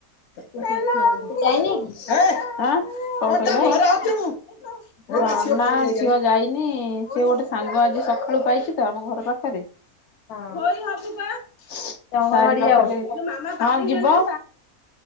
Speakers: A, on the left; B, on the left.
A: ଗୋଟିଏ
B: ସେ ଯାଇ
A: ଛୁଆ
B: ନାଇଁ କି?
A: ଆଁ <unintelligible>
B: ଝିଅ ଯାଇନି?
A: ହଁ ନା ଝିଅ ଯାଇନି ସିଏ ଗୋଟେ ସାଙ୍ଗ ଆଜି ସକାଳୁ ପାଇଛି ତ ଆମ ଘର ପାଖରେ। <inaudible>
B: ହଁ
A: ଧୋଇ ହବୁବା।
B: ସେ ଅଙ୍ଗନବାଡି
A: ତାରିପାଖରେ
B: ଯାଉନି
A: <unintelligible> ହଁ ଯିବ।